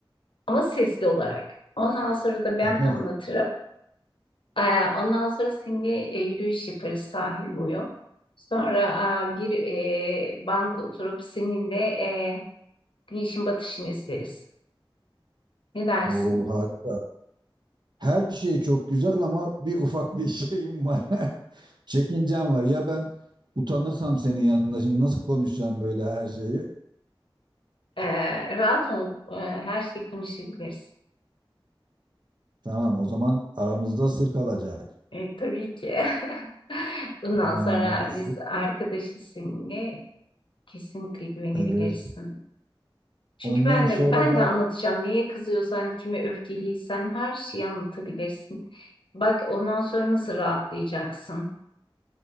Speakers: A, on the left; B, on the right.
A: Ama sesli olarak. Ondan sonra da ben
B: Ama
A: anlatırım. Ee, ondan sonra seninle e, yürüyüş yaparız sahil boyu. Sonra e, bir e, banka oturup seninle e, güneşin batışını izleriz. Ne dersin?
B: o harika. Her şey çok güzel ama bir ufak bir şeyim var. <laughs> Çekincem var. Ya ben utanırsam senin yanında şimdi nasıl konuşacağım böyle her şeyi?
A: Ee, rahat ol. Ee, her şeyi konuşabiliriz.
B: Tamam o zaman aramızda sır kalacak.
A: Ee, tabii ki. <laughs> Bundan
B: Ha,
A: sonra
B: sır.
A: biz arkadaşız seninle. Kesinlikle güvenebilirsin.
B: Evet.
A: Çünkü
B: Ondan
A: ben
B: sonra
A: de ben
B: da
A: de anlatacağım. Niye kızıyorsan, kime öfkeliysen her şeyi anlatabilirsin. Bak ondan sonra nasıl rahatlayacaksın.